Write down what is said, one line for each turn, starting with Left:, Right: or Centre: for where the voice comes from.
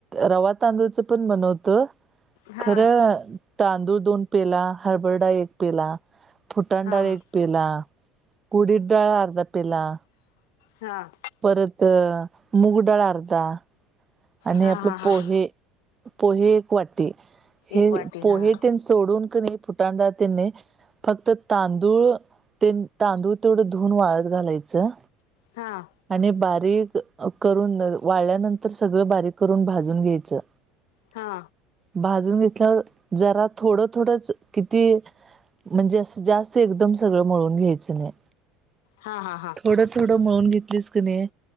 Right: रवा तांदूळचं पण बनवतो.
Left: हा
Right: खरं- - तांदूळ दोन पेला, हरभर डाळ एक पेला, फुटाण
Left: हा
Right: डाळ
Left: हा
Right: एक -- पिला, कुडीडळ अर्ध पिला.
Left: हां.
Right: परत मुगडाळ अर्धा -- आणि
Left: हा
Right: आपलं
Left: हा हा
Right: पोहे, पोहे एक वाटी हे
Left: एक वाटी
Right: पोहे
Left: हा
Right: तेन स -- सोडून कणी फुटांणडाळतनी -- फक्त तांदूळ तेन तांदूळ तेवढं धुवुन वाळत घालायचं.
Left: हां.
Right: आणि बारीक करून वाळल्यानंतर सगळं बारीक करून भाजून घ्यायचं.
Left: हा.
Right: भाजून घेतल्यावर जरा थोडं थोडंच किती -- म्हणजे असं जास्त एकदम सगळं मळून घ्यायचं नाही.
Left: हा, हा, हा.
Right: थोड थोड मळून घेतलीस कनी